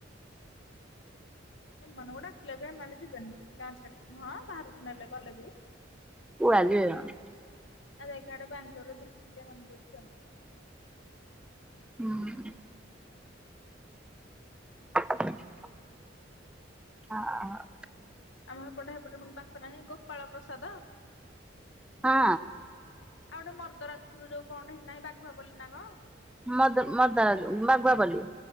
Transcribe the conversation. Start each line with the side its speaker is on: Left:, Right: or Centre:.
Left: ଏମାନଙ୍କୁ ଡ଼ାକିଲେ ବି ଏମାନେ ଯିବେନି ଗାଁ ଛାଡିକିହଁ ବାହାରକୁ ନେଲେ ଗଲେ ବି
Centre: <unintelligible>
Left: ଆଉ ଯକାଟଡେ ବାଙ୍ଗଲୋର ଦିଲ୍ଲୀ ଫିଲ ଏମାନଙ୍କୁ ଯିବେମ।
Centre: ହୁଁ <inaudible> ହଁ ହ
Left: ଆମ ଏପଟ ହେପଟ ପୁଣି ପାଖ ନାହିଁ ଗୋପାଳ ପ୍ରସାଦ
Centre: ହଁ
Left: ଆଉ ଗୋଟେ ମର୍ଦରାଜପୁର ଯଉ କଁ ହେଇଟି ନାହିଁ ବାଘୁଆପଲୀ ନା କଣ
Centre: ମଦ ମର୍ଦରାଜ ବାଗୁଆ ପଲି